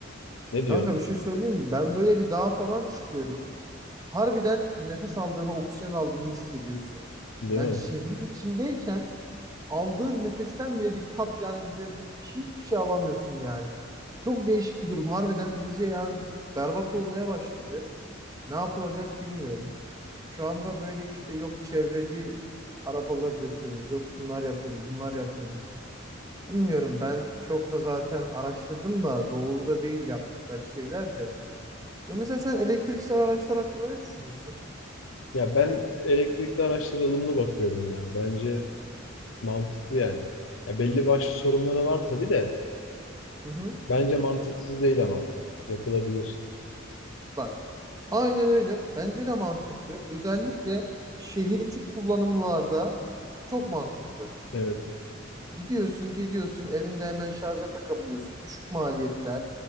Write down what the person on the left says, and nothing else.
Ne diyorsun?
Değil
mi?
Ya ben elektrikli araçlara ılımlı bakıyorum ya. Bence mantıklı yani. Ya belli başlı sorunları var tabii de.
Bence mantıksız değil ama yapılabilir.
Evet.